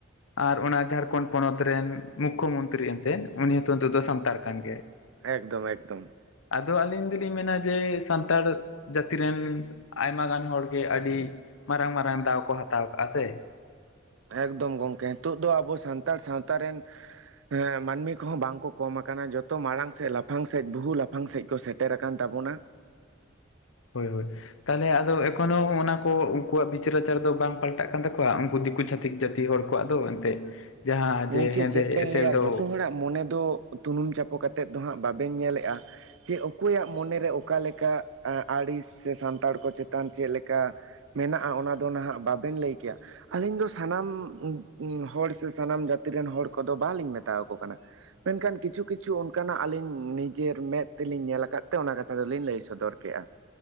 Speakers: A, on the left; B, on the right.
A: ᱟᱨ ᱚᱱᱟ ᱡᱷᱟᱲᱠᱷᱚᱸᱱᱰ ᱯᱚᱱᱚᱛ ᱨᱮᱱ ᱢᱩᱠᱠᱷᱚ ᱢᱚᱱᱛᱨᱤ ᱮᱱᱛᱮᱫ ᱩᱱᱤ ᱦᱚᱸᱛᱚ ᱱᱤᱛᱚᱜ ᱫᱚ ᱥᱟᱱᱛᱟᱲ ᱠᱟᱱ ᱜᱮᱭᱟᱭ᱾
B: ᱮᱠᱫᱚᱢ ᱮᱠᱫᱚᱢ᱾
A: ᱟᱫᱚ ᱟᱹᱞᱤᱧ ᱫᱚᱞᱤᱧ ᱢᱮᱱᱟ ᱡᱮ ᱥᱟᱱᱛᱟᱲ ᱡᱟᱹᱛᱤ ᱨᱮᱱ ᱟᱭᱢᱟ ᱜᱟᱱ ᱦᱚᱲ ᱜᱮ ᱟᱹᱰᱤ ᱢᱟᱨᱟᱝ ᱢᱟᱨᱟᱝ ᱫᱟᱣ ᱠᱚ ᱦᱟᱛᱟᱣ ᱠᱟᱜ-ᱟ ᱥᱮ
B: ᱮᱠᱫᱚᱢ ᱜᱚᱝᱠᱮ ᱱᱤᱛᱚᱜ ᱫᱚ ᱟᱵᱚ ᱥᱟᱱᱛᱟᱲ ᱥᱟᱶᱛᱟ ᱨᱮᱱ ᱮ ᱢᱟᱹᱱᱢᱤ ᱠᱚ ᱦᱚᱸ ᱵᱟᱝ ᱠᱚ ᱠᱚᱢ ᱟᱠᱟᱱᱟ ᱡᱚᱛᱚ ᱢᱟᱲᱟᱝ ᱥᱮᱫ ᱞᱟᱯᱷᱟᱝ ᱥᱮᱫ ᱵᱩᱦᱩ ᱞᱟᱯᱷᱟᱝ ᱥᱮᱫ ᱠᱚ ᱥᱮᱴ ᱴᱮᱨ ᱟᱠᱟᱱ ᱛᱟᱵᱚᱱᱟ᱾
A: ᱦᱳᱭ ᱦᱳᱭ ᱛᱟᱦᱞᱮ ᱟᱫᱚ ᱮᱠᱷᱚᱱᱳ ᱚᱱᱟ ᱠᱚ ᱩᱱᱠᱩᱣᱟᱜ ᱵᱤᱪᱟᱹᱨ ᱟᱪᱟᱨ ᱫᱚ ᱵᱟᱝ ᱯᱟᱞᱴᱟᱜ ᱠᱟᱱ ᱛᱟᱠᱚᱣᱟ ᱩᱱᱠᱩ ᱪᱷᱟ ᱛᱤᱠ ᱡᱟᱹᱛᱤ ᱦᱚᱲ ᱠᱚᱣᱟᱜ ᱫᱚ ᱮᱱᱛᱮᱫ ᱡᱟᱦᱟᱸ
B: ᱜᱚᱝᱠᱮ
A: ᱡᱮ ᱦᱮᱸᱫᱮ
B: ᱪᱮᱫ ᱵᱮᱱ
A: ᱮᱥᱮᱞ
B: ᱞᱟᱹᱭᱟ
A: ᱫᱚ
B: ᱡᱚᱛᱚ ᱦᱚᱲᱟᱜ ᱢᱚᱱᱮ ᱫᱚ ᱛᱩᱱᱩᱢ ᱪᱟᱯᱚ ᱠᱟᱛᱮᱫ ᱫᱚ ᱦᱟᱸᱜ ᱵᱟᱵᱮᱱ ᱧᱮᱞᱮᱜ-ᱟ, ᱪᱮ ᱚᱠᱚᱭᱟᱜ ᱢᱚᱱᱮ ᱨᱮ ᱚᱠᱟ ᱞᱮᱠᱟ ᱟᱹᱲᱤᱥ ᱥᱮ ᱥᱟᱱᱛᱟᱲ ᱠᱚ ᱪᱮᱛᱟᱱ ᱪᱮᱫ ᱞᱮᱠᱟ ᱢᱮᱱᱟᱜᱼᱟ ᱚᱱᱟ ᱫᱚ ᱱᱟᱦᱟᱜ ᱵᱟᱵᱮᱱ ᱞᱟᱹᱭ ᱠᱮᱭᱟ ᱟᱹᱞᱤᱧ ᱫᱚ ᱥᱟᱱᱟᱢ ᱩᱸ ᱩᱸ ᱦᱚᱲᱼᱼ ᱥᱮ ᱥᱟᱱᱟᱢ ᱡᱟᱹᱛᱤ ᱨᱮᱱ ᱦᱚᱲ ᱠᱚᱫᱚ ᱵᱟᱞᱤᱧ ᱢᱮᱛᱟᱣᱟᱠᱚ ᱠᱟᱱᱟ᱾ ᱢᱮᱱᱠᱦᱟᱱ ᱠᱤᱪᱷᱩ ᱠᱤᱪᱷᱩ ᱚᱱᱠᱟᱱᱟᱜ ᱟᱹᱞᱤᱧ ᱱᱤᱡᱮᱨ ᱢᱮᱫ ᱛᱮᱞᱤᱧ ᱧᱮᱞ ᱟᱠᱟᱫ ᱛᱮ ᱚᱱᱟ ᱠᱟᱛᱷᱟ ᱫᱚᱞᱤᱧ ᱞᱟᱹᱭ ᱥᱚᱫᱚᱨ ᱠᱮᱜᱼᱟ᱾